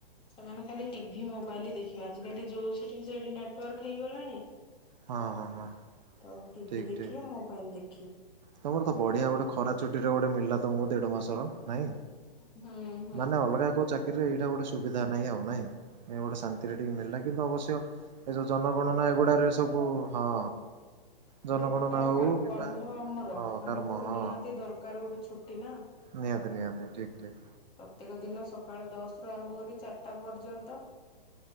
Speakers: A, on the left; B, on the right.
A: ସେମାନେ ଖାଲି ଟିଭିି ମ ବାଇଲ ଦେଖିବା ଆଜିକାଲି ଯୋଉ ସେଠି ସେଠି ନେଟୱାର୍କ ହେଇଗଲାଣି
B: ହଁ ହଁ ହଁ
A: ତ ଟିଭି
B: ଠିକ୍
A: ଦେଖିଆ
B: ଠିକ୍।
A: ମୋବାଇଲ ଦେଖି
B: ତମର ତ ବଢିଆ ଗୋଟେ ଖରା ଛୁଟିରେ ଗୋଟେ ମିଳିଲା ତମକୁ ଦେଢ ମାସର ନାଇଁ
A: ହୁଁ ହୁଁ।
B: ମାନେ ଅଲଗା କୋଉ ଚାକିରିରେ ଏଇଟା ଗୋଟେ ସୁବିଧା ଜ ନାହିଁ ଆଉ ନାଇଁ ଏ ଗୋଟେ ଶାନ୍ତିରେ ଟିକେ ମିଳିଲା କିନ୍ତୁ ଅବଶ୍ୟ <inaudible> ଏ ଯୋଉ ଜନଗଣନା ଏଗୁଡାରେ ସବୁ ହଁ ଜନଗଣନା
A: ଯୋଉ ପ୍ରକାର
B: ହଉ
A: କ୍ୱା
B: କିମ୍ବା
A: କର୍ମ ତମର
B: ହଁ
A: ଆମକୁ
B: କର୍ମ
A: ତ
B: ହଁ
A: ନିହାତି ଦରକାର ଗୋଟେ ଛୁ ଟି ନା
B: ନିହାତି ନିହାତି ଠିକ୍ ଠିକ୍।
A: ପ୍ରତ୍ୟକ ଦିନ ସକାଳ ଦଶ ରୁ ଆରମ୍ଭ କରି ଚାରିଟା ପର୍ଯ୍ୟନ୍ତ